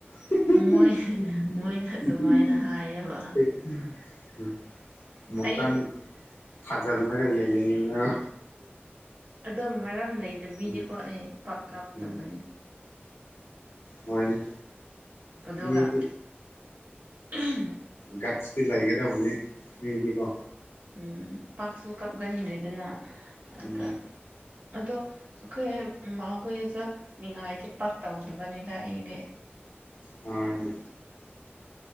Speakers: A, on the left (about 80°); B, on the right (about 50°).
A: <unintelligible>
B: ꯃꯣꯏ ꯃꯣꯏꯅ ꯑꯗꯨꯃꯥꯏꯅ ꯍꯥꯏꯌꯦꯕ
A: ꯑꯃꯨꯛꯇꯪ
B: ꯑꯩ
A: ꯊꯥꯖꯤꯜꯂꯒ ꯌꯦꯡꯅꯤꯡꯒꯤ ꯅꯪ
B: ꯑꯗꯣ ꯃꯔꯝ ꯂꯩꯇ ꯃꯤꯗꯤꯀꯣ
A: ꯎꯝ
B: ꯑꯩ ꯄꯥꯛ ꯀꯥꯞꯇꯕꯅꯦ
A: ꯎꯝ ꯍꯣꯏꯅꯦ
B: ꯎꯗꯨꯒ
A: ꯃꯤꯗꯤ
B: ꯑꯝ
A: ꯒꯠꯁ ꯇꯤ ꯂꯩꯒꯗꯧꯕꯅꯤ ꯃꯤꯗꯤꯀꯣ
B: ꯎꯝ ꯄꯥꯛꯁꯨ ꯀꯞꯒꯟꯗ꯭ꯔꯤꯗꯅ ꯑꯗ
A: ꯎꯝ
B: ꯑꯗꯣ ꯑꯩꯈꯣꯏ ꯃꯈꯈꯣꯏꯗꯁꯨ ꯅꯤꯡꯉꯥꯏꯗꯤ ꯄꯥꯛ ꯇꯧꯗꯕꯅꯤꯗ ꯑꯩꯗꯤ
A: ꯃꯥꯅꯦ